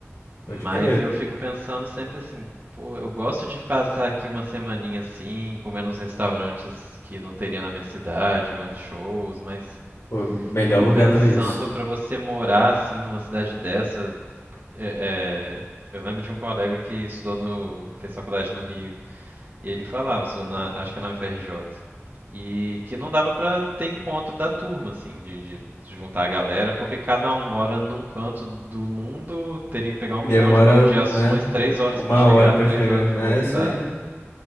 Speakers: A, on the left; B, on the right.
A: Pode
B: Mas
A: crer.
B: eu fico pensando sempre assim, pô, eu gosto de passar aqui uma semaninha assim, comer nos restaurantes que não teria na minha cidade, ver uns shows, mas
A: Pô, melhor
B: Fico
A: lugar
B: pensando
A: pra isso.
B: pra você morar assim numa cidade dessa. é- é, eu lembro de um colega que estudou no, fez faculdade no Rio e ele falava, estudou na, acho que na UFRJ, e que não dava pra ter encontro da turma assim, de, de juntar a galera, porque cada um mora num canto do mundo, teria que pegar um
A: E
B: milhão
A: demora,
B: de baldeações,
A: né,
B: três horas
A: uma
B: pra chegar,
A: hora pra
B: três
A: chegar,
B: horas
A: né?
B: pra voltar.
A: É isso aí.